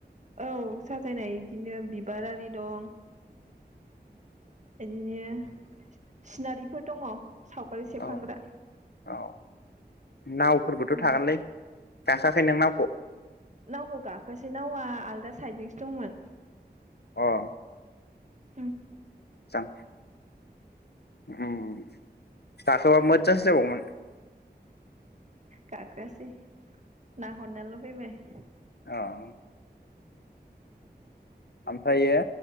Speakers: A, on the right; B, on the left.
A: औ साजायनाय बिदिनो बिबार आरि दं इदिनो सिनारिफोर दङ सावगारि सेबखांग्रा
B: औ औ नावफोरबोथ'
A: उम
B: थागोनलै गाखोयाखै नों नावखौ
A: नावखौ गाखोआसै नावा आलदा साइडजोंसो दंमोन
B: अह
A: ओम
B: जां ओम दाथ मो <unintelligible>
A: गाखोआसै ना हरनाल फैबाय बि
B: अह ओमफ्रायो